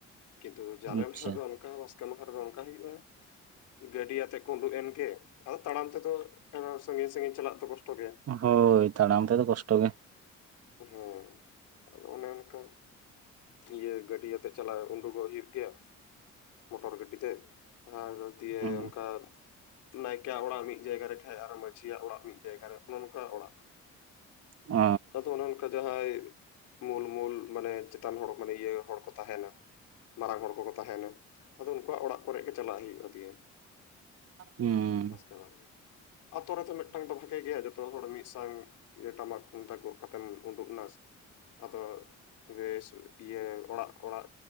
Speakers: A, on the left; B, on the right.
A: ᱠᱤᱱᱛᱩ ᱡᱟᱞᱮ
B: ᱟᱪᱪᱷᱟ
A: ᱢᱟᱦᱟ ᱫᱚ ᱚᱱᱠᱟ‌ ᱵᱟᱥ ᱠᱮ ᱢᱟᱦᱟ ᱨᱮ ᱫᱚ ᱚᱱᱠᱟ ᱦᱩᱭᱩᱜᱼᱟ, ᱜᱟᱹᱰᱤ ᱟᱛᱮᱜ ᱠᱚ ᱩᱸᱰᱩᱜ ᱮᱱ ᱜᱮ ᱾ ᱟᱫᱚ ᱛᱟᱲᱟᱢ ᱛᱮᱫᱚ <unintelligible> ᱥᱟᱺᱜᱤᱧ ᱥᱟᱺᱜᱤᱧ ᱪᱟᱞᱟᱜ ᱫᱚ ᱠᱚᱥᱴᱚ ᱜᱮᱭᱟ᱾
B: ᱦᱳᱭ, ᱛᱟᱲᱟᱢ ᱛᱮ ᱫᱚ ᱠᱚᱥᱴᱚ ᱜᱮ᱾
A: ᱦᱮᱸ, ᱟᱫᱚ ᱚᱱᱮ ᱚᱱᱠᱟ᱾ ᱤᱭᱟᱹ ᱜᱟᱹᱰᱤᱭᱟᱛᱮᱫ ᱪᱟᱞᱟᱣ ᱩᱸᱰᱩᱠᱚᱜ ᱦᱩᱭᱩᱜ ᱜᱮᱭᱟ, ᱢᱚᱴᱚᱨ ᱜᱟᱹᱰᱤ ᱛᱮ᱾ ᱟᱨ ᱫᱤᱭᱮ
B: ᱦᱩᱸ
A: ᱚᱱᱠᱟ ᱱᱟᱭᱠᱮᱹᱭᱟᱜ ᱚᱲᱟᱜ ᱢᱤᱫ ᱡᱟᱭᱜᱟ ᱨᱮ ᱠᱷᱟᱡ ᱟᱨᱚ ᱢᱟᱺᱡᱷᱤᱭᱟᱜ ᱚᱲᱟᱜ ᱢᱤᱫ ᱡᱟᱭᱜᱟ ᱨᱮ, ᱚᱱᱮ ᱚᱱᱠᱟ ᱚᱲᱟᱜ᱾
B: ᱚ
A: ᱟᱫᱚ ᱚᱱᱮ ᱚᱱᱠᱟ ᱡᱟᱦᱟᱸᱭ ᱢᱩᱞ ᱢᱩᱞ ᱢᱟᱱᱮ ᱪᱮᱛᱟᱱ ᱦᱚᱲ ᱢᱟᱱᱮ ᱤᱭᱟᱹ ᱦᱚᱲ ᱠᱚ ᱛᱟᱦᱮᱱᱟ᱾ ᱢᱟᱨᱟᱝ ᱦᱚᱲ ᱠᱚᱠᱚ ᱛᱟᱦᱮᱱᱟ᱾ ᱟᱫᱚ ᱤᱭᱟᱹ ᱩᱱᱠᱩᱣᱟᱜ ᱚᱲᱟᱜ ᱠᱚᱨᱮ ᱜᱮ ᱪᱟᱞᱟᱜ ᱦᱩᱭᱩᱜᱼᱟ ᱫᱤᱭᱮ᱾
B: ᱦᱩᱸ
A: ᱵᱟᱥᱠᱮ ᱢᱟᱦᱟᱸ ᱨᱮ, ᱟᱛᱳ ᱨᱮᱫᱚ ᱢᱤᱫᱴᱟᱝ ᱫᱚ ᱵᱷᱟᱜᱮ ᱜᱮᱭᱟ ᱡᱚᱛᱚ ᱦᱚᱲ ᱢᱤᱫ ᱥᱟᱝ ᱤᱭᱟᱹ ᱴᱟᱢᱟᱠ ᱛᱩᱢᱫᱟᱜ ᱜᱚᱜ ᱠᱟᱛᱮᱢ ᱩᱸᱰᱩᱜ ᱮᱱᱟ, ᱟᱫᱚ ᱵᱮᱹᱥ ᱤᱭᱟᱹ ᱚᱲᱟᱜ ᱚᱲᱟᱜ,